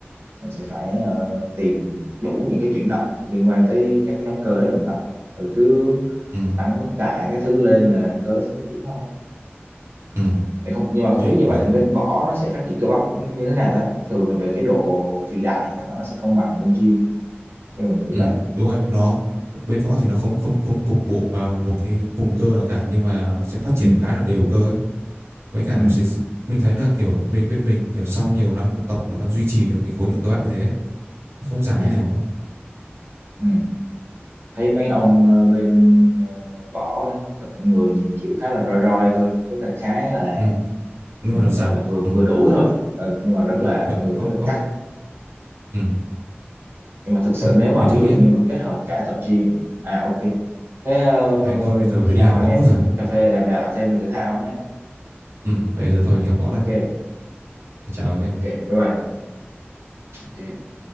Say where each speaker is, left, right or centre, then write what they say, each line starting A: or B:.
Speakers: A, on the right; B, on the right.
A: mình sẽ phải ờ, tìm đủ những cái chuyển động liên quan tới các cái nhóm cơ đấy mình tập rồi cứ
B: Ừ.
A: tăng mức tạ cái thứ lên là cơ nó sẽ phát triển thôi
B: Ừ.
A: Thì không nhưng mà không
B: Nghe
A: biết
B: cũng
A: như
B: ngoài
A: vậy thì
B: đấy.
A: bên võ nó sẽ phát triển cơ bắp như thế nào ta thường là về cái độ phì đại thì chắc là nó sẽ không bằng bên gym theo mình nghĩ
B: Ừ.
A: vậy
B: Đúng rồi, nó bên võ thì nó không không không cục bộ vào một cái vùng cơ nào cả nhưng mà nó sẽ phát triển
A: ừ
B: khá là đều cơ ấy. Với cả
A: ừ
B: nó sẽ giữ- mình thấy là kiểu mình bên mình kiểu sau nhiều năm không tập nó vẫn duy trì được cái khối lượng cơ bắp như thế. ấy. Nó không giảm
A: à
B: đi nhiều. đâu.
A: ừ thấy mấy ông ờ, bên ờ, võ đấy, có người nhìn kiểu khá là roi roi thôi tức là khá là
B: Ừ. Nhưng
A: ừ,
B: mà nó rắn.
A: gọi là vừa vừa
B: Ừ.
A: đủ thôi ừ, nhưng mà rất
B: Ừ.
A: là
B: Vậy
A: người
B: là Không
A: rất là
B: không.
A: chắc
B: Ừ.
A: nhưng mà thực sự
B: Thôi,
A: nếu mà
B: thế thôi
A: ví dụ
B: nhá.
A: như mà kết hợp cả tập gym à ok thế ờ,
B: Thầy tôi bây giờ phải
A: khi
B: đi
A: nào
B: học
A: anh
B: võ
A: em
B: mất rồi.
A: ảnh cà phê đàm đạo thêm về thể thao nhé
B: Ừ. Bây giờ tôi phải đi học võ
A: ok
B: đây. Chào ông nhá.
A: ok bye bye ông. ok